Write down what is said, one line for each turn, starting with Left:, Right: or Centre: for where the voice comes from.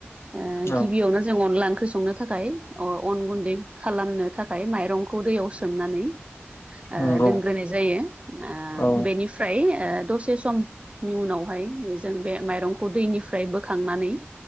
Right: ओ
Left: औ
Right: गिबियावनो जों अनला ओंख्रि संनो था थाखाय अ अन गुन्दै खालामनो थाखाय माइरंखौ दैयाव सोमनानै ओ
Left: नंगौ
Right: दोनग्रोनाय जायो ओ
Left: औ
Right: बेनिफ्राय ओ दसे सम नि उनावहाय जों बे माइरंखौ दैनिफ्राय बोखांनानै